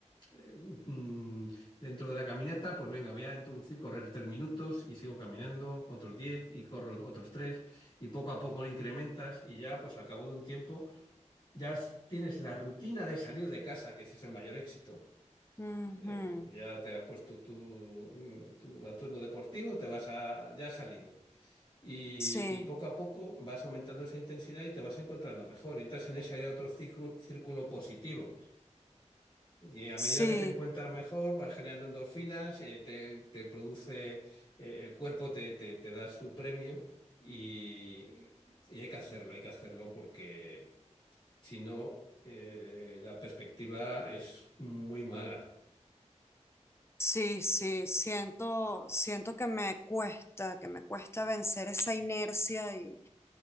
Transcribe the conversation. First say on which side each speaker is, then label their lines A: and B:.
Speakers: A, on the left; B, on the left.
A: eh, mm, dentro de la caminata, pues venga, voy a introducir correr tres minutos y sigo caminando otros 10 y corro otros tres y poco a poco lo incrementas y ya pues al cabo de un tiempo ya s- tienes la rutina de salir de casa, que ese es el mayor éxito.
B: Ujú,
A: Eh, ya te has puesto tu, mm, tu atuendo deportivo, te vas a, ya has salido. Y,
B: Sí,
A: y poco a poco vas aumentando esa intensidad y te vas encontrando mejor. Y entras en ese otro círculo, círculo positivo. Y a
B: sí,
A: medida que te encuentras mejor, vas generando endorfinas, eh, te, te produce, eh, el cuerpo te, te te da su premio y, y hay que hacerlo, hay que hacerlo porque si no, eh, la perspectiva es muy mala.
B: sí, sí, siento, siento que me cuesta, que me cuesta vencer esa inercia y,